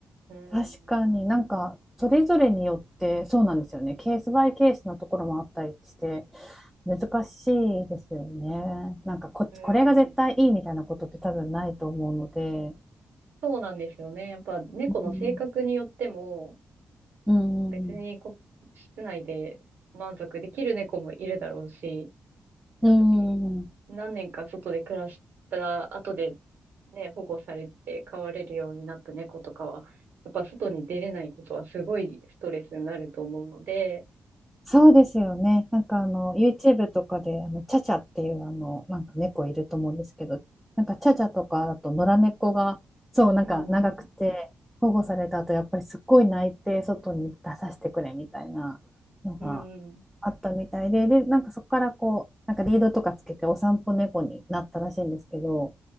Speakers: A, on the right; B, in the centre.
A: うん。
B: 確かになんか、それぞれによって、そうなんですよね。ケースバイケースなところもあったりして、難しいですよね。なんかこ、
A: うん。
B: これが絶対いいみたいなことって多分ないと思うので。
A: そうなんですよね。やっぱ猫の性格によっても、
B: うん、うん、
A: 別にこ、室内で満足できる猫もいるだろうし、やっぱり何年か外で暮らした後で
B: うん、うん、
A: ね、保護されて飼われるようになった猫とかは、やっぱ外に出れないことはすごいストレスになると思うので、
B: そうですよね。なんかあの YouTube とかであのチャチャっていうあのなんか猫いると思うんですけど、なんかチャチャとかだと野良猫がそうなんか長くて保護された後やっぱりすっごい泣いて外に出させてくれみたいなのが
A: うん、うん、うん、
B: あったみたいで、でなんかそこからこうなんかリードとかつけてお散歩猫になったらしいんですけど、